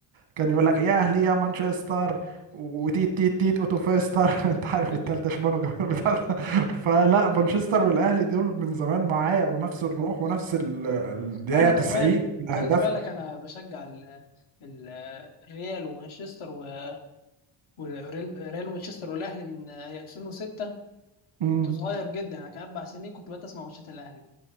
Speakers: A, on the right (about 85°); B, on the left (about 80°).
A: كان يقول لك يا اهلي يا مانشستر وتيت تيت تيت اوتو فيستر <laughs> انت عارف
B: <laughs>
A: التالتة شمال وجمال بتاع
B: حلو
A: ده. <laughs> فلا مانشستر والاهلي دول من زمان معايا ونفس الروح ونفس ال- الدقيقة
B: انا
A: 90
B: كمان
A: الاهداف
B: خلي بالك انا بشجع ال ال- الريال ومانشستر و- والريال ريال ومانشستر والاهلي من آه، 2006
A: امم
B: كنت صغير جدا يعني كان اربع سنين كنت بقيت اسمع ماتشات الاهلي